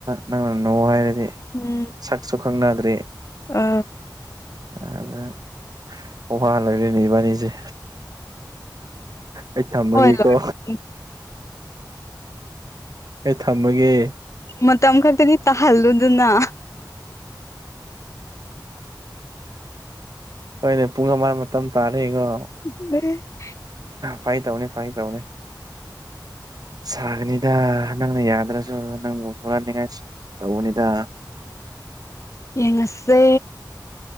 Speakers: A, on the right (about 55°); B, on the left (about 40°).
A: ꯅꯪꯅ ꯅꯣ ꯍꯥꯏꯔ
B: ꯎꯝ
A: ꯁꯛꯁꯨ ꯈꯪꯅꯗ꯭ꯔꯦ
B: ꯑ
A: ꯑ ꯋꯥ ꯂꯣꯏꯔꯦꯅꯦ ꯏꯕꯥꯅꯤꯁꯦ ꯑꯩ ꯊꯝꯃꯒꯦꯀꯣ
B: ꯍꯣꯏ ꯂꯣꯏ
A: ꯑꯩ ꯊꯝꯃꯒꯦ
B: ꯃꯇꯝ ꯈꯛꯇꯗꯤ ꯇꯥꯍꯜꯂꯨꯗꯅ
A: ꯍꯣꯏꯅꯦ ꯄꯨꯡ ꯑꯃ ꯃꯇꯝ ꯇꯥꯔꯦ ꯌꯦꯉꯣ
B: <unintelligible>
A: ꯐꯥꯒꯤ ꯇꯧꯕꯅꯤ ꯐꯥꯒꯤ ꯇꯧꯅꯦ
B: <inaudible>
A: ꯁꯥꯒꯅꯤꯗ ꯅꯪꯅ ꯌꯥꯗ꯭ꯔꯁꯨ ꯅꯪꯕꯨ ꯍꯨꯔꯥꯟꯅꯤꯡꯉꯥꯏ ꯇꯧꯕꯅꯤꯗ
B: ꯌꯦꯡꯉꯁꯦ